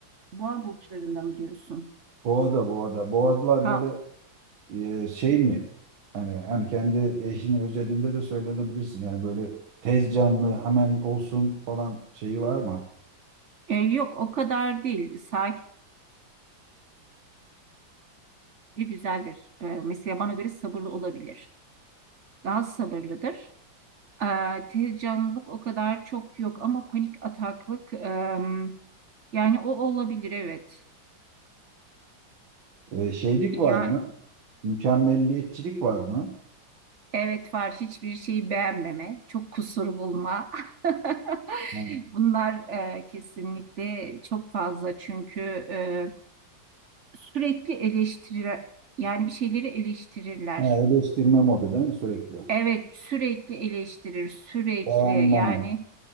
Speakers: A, on the right; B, on the right.
A: boğa burçlarında mı diyorsun?
B: Boğa'da Boğa'da. Boğazlar
A: Ha,
B: böyle e, şey mi? Hani hani kendi eşinin özelinde de söylenebilirsin. Yani böyle tez canlı hemen olsun falan şeyi var mı?
A: e, yok o kadar değil. Sakin güzeldir. E, mesela bana göre sabırlı olabilir. Daha sabırlıdır. Eee, tez canlılık o kadar çok yok ama panik ataklık em, yani o olabilir evet.
B: E, şeylik
A: Ya
B: var mı? Mükemmelliyetçilik var mı?
A: evet var hiçbir şeyi beğenmeme, çok kusur bulma. <laughs>
B: Yani,
A: Bunlar eee, kesinlikle çok fazla çünkü eee, sürekli eleştirir yani bir şeyleri eleştirirler.
B: ha, eleştirme modu değil mi sürekli?
A: Evet sürekli eleştirir sürekli
B: Beğenmeme.
A: yani.